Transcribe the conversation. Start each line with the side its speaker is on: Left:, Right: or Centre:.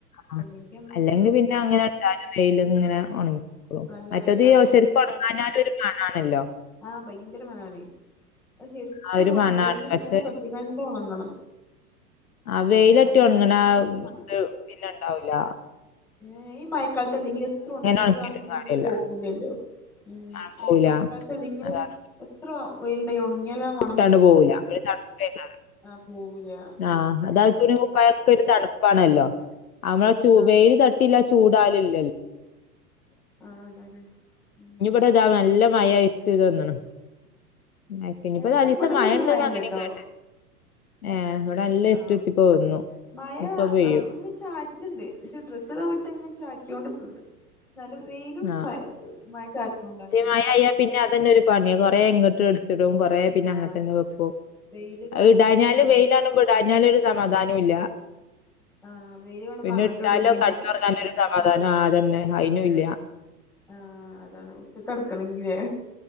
Left: ആ
Centre: അല്ലെങ്കി നമ്മക്ക്
Left: അല്ലെങ്കി പിന്ന അങ്ങനെട്ടാലും വെയ്ല് ഇങ്ങനെ ഒണങ്ങി കോളും.
Centre: നല്ല
Left: മറ്റത്
Centre: ആഹ്
Left: ശരിക്ക്‌ ഒന്നങ്ങാഞ്ഞാലുരു മണാണല്ലോ.
Centre: ആ ഭയങ്കര മണാണ്. ശരിക്കൊനെ
Left: ആ ഒരു
Centre: ഒണങ്ങണം
Left: മണാണ്.
Centre: വെയില് നല്ലോം
Left: പക്ഷെ
Centre: തട്ടികാണ്ട് ഒണങ്ങണം.
Left: ആ വെയിലട്ടി
Centre: അല്ലെങ്കി
Left: ഒണങ്ങ
Centre: നല്ല
Left: ആ
Centre: മണ
Left: ഇത് പിന്നെ ഇണ്ടാവുല.
Centre: ഏഹ് ഈ മഴക്കാലത്തല്ലെങ്കില് എത്ര ഒണങ്ങിയാലും
Left: ഒണക്കിയിട്ടും
Centre: ആ സ്മെല്ല്
Left: കാര്യല്ല.
Centre: പോവൂലല്ലോ. ഉം
Left: മണം
Centre: അല്ലെ
Left: പോവൂല.
Centre: മഴക്കാലത്തല്ലെങ്കിലും
Left: അതാണ്
Centre: എത്ര വെയില്ണ്ടായി ഒണങ്ങിയാലാ ആ മണ
Left: ട്ടാണ്ട് പോവൂല്ല പിന്ന <unintelligible>
Centre: ആ പോവൂല. ആ
Left: ആഹ് അതായിട്ടൊരു <unintelligible> ക്കെരു തണുപ്പാണല്ലോ നമ്മള ച്ചു
Centre: ആ
Left: വെയില് തട്ട് ട്ടില്ല ചൂടാലുംലില്ല
Centre: ആഹ് അതന്നെ. ഉം
Left: ഇപ്പോതാ നല്ല മഴ <unintelligible> തോന്നണു. മഴ കിഞ്ഞിപ്പം
Centre: ഏതാ
Left: നാലിസം
Centre: ഇവിടൊന്നും
Left: മഴണ്ട്ന്ന
Centre: അങ്ങനെ മഴല്ലട്ടോ
Left: അങ്ങനിം കേട്ടെ. ഏഹ് ഇവടെ നല്ല ഇര്ട്ടി
Centre: ആ
Left: ഇര്ട്ടി പ്പോവുന്നു.
Centre: മഴ
Left: ഇപ്പ പെയ്യും.
Centre: ആ ഇങ്ങനെ ചാറ്റ്ണ്ട് പക്ഷെ ഡ്രസിടാൻ പറ്റിയങ്ങാ ചാറ്റിയോണ്ട്ക്ക്ണ്ട്. നല്ല വെയിലുണ്ട്
Left: ആഹ്
Centre: മഴ മഴ ചായ്ക്കുണുണ്ട്
Left: പക്ഷെ
Centre: അങ്ങനേണ്.
Left: മഴയായ പിന്നെ അതന്നെരു പണിയ കൊറെ ഇങ്ങട്ട് ഇട്ത്ടും കൊറെ പിന്നെ
Centre: ആ
Left: അങ്ങട്ടന്നെ
Centre: അതാണ്
Left: വെക്കും.
Centre: വെയില് കാണുമ്പോ
Left: അത് ഇടാഞ്ഞാല്
Centre: ഞമ്മൾ അങ്ങോട്ടിടും
Left: വെയിലാണുമ്പോ
Centre: ചെയ്യും
Left: ഇടാഞ്ഞാലൊരു സമാധാനുല്ല.
Centre: ആ വെയില് കാണുമ്പോ
Left: പിന്നെ
Centre: അങ്ങോട്ടിടും
Left: ഇട്ടാലോ
Centre: പിന്നെ
Left: കട്ന്നൊർങ്ങാനൊരു
Centre: ഇങ്ങോട്ടിടും
Left: സമാധാനൊ ആഹ് അതന്നെ അയിനുല്ല.
Centre: ആഹ് അതാണ് ഉച്ചക്ക് കെട്ക്ക്‌ണെങ്കില്ലേ.